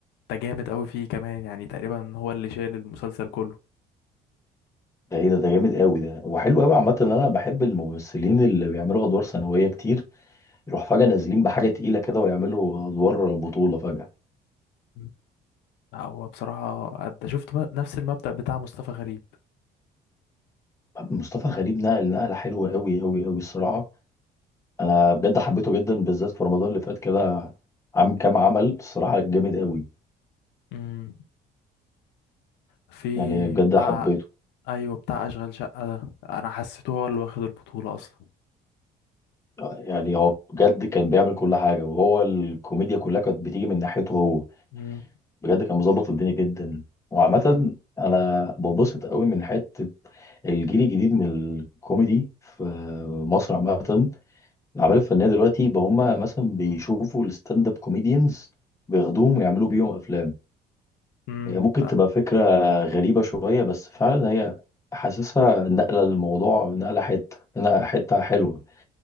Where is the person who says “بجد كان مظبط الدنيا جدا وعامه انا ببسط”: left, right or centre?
Left